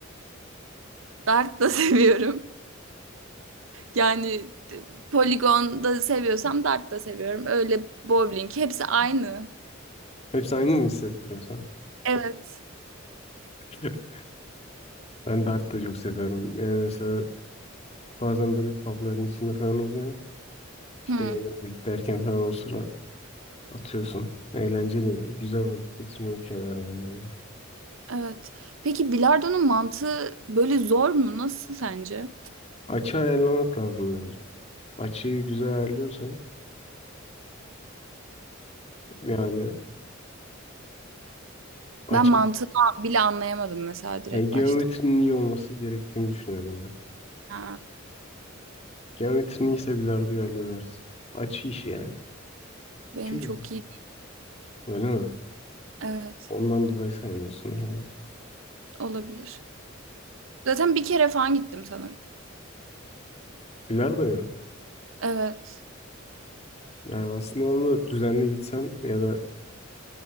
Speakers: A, on the right (about 75°); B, on the left (about 30°).
A: Dart da <laughs> seviyorum. Yani e, poligon da seviyorsam dart da seviyorum. Öyle bowling hepsi aynı.
B: Hepsi aynı mı hissettiriyor sana?
A: Evet.
B: <laughs> Ben dart da çok seviyorum. Yani mesela bazen böyle pubların içinde falan oluyor. İşte
A: Hı,
B: yemek beklerken falan o sıra atıyorsun. Eğlenceli, güzel vakit geçirmek şeyler bence onlar.
A: evet. Peki bilardonun mantığı böyle zor mu? Nasıl sence?
B: Açı ayarlamak lazım bence. Açıyı güzel ayarlıyorsan yani açı
A: Ben mantığını bile anlayamadım mesela direkt
B: yani geometrinin
A: başta.
B: iyi olması gerektiğini düşünüyorum ben.
A: Ha,
B: Geometrinin iyiyse bilardoyu halledersin. Açı işi yani.
A: benim
B: Çünkü
A: çok iyi.
B: öyle mi?
A: Evet,
B: Ondan dolayı sevmiyorsun.
A: olabilir. Zaten bir kere falan gittim sanırım.
B: Bilardoyu mu?
A: Evet.
B: Yani aslında onu düzenli gitsen ya da